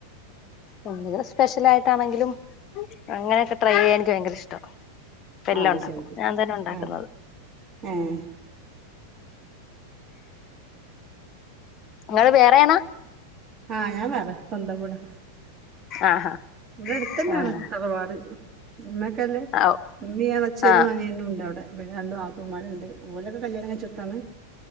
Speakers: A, on the left; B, on the right.
A: എന്തെങ്കിലും സ്പെഷ്യൽ ആയിട്ടാണെങ്കിലും അങ്ങനെയൊക്കെ ട്രൈ ചെയ്യാൻ എനിക്ക് ഭയങ്കര ഇഷ്ടാ ഇപ്പല്ലാം
B: ആഹ് അത്
A: ഉണ്ടാക്കും
B: ശരി
A: ഞാൻ തന്നെ ഉണ്ടാക്കുന്നത്
B: ആഹ് ഏഹ്
A: നിങ്ങള് വേറെയണാ
B: ആഹ് ഞാൻ വേറെ സ്വന്തം വീടാ
A: ആഹാ
B: ഇവിടെ അടുത്ത് തന്നെയാണ്
A: ആഹ്
B: തറവാട് <unintelligible> ല്ലേ
A: ഓ
B: ഉമ്മീ എളച്ചനും
A: ആഹ്
B: അനിയനൂണ്ട് അവിടെ പിന്നെ രണ്ട് നാത്തൂ ഉമ്മ അവ്ടെണ്ട് ഓലൊക്കെ കല്യാണം കഴിച്ചൊട്ത്താണ്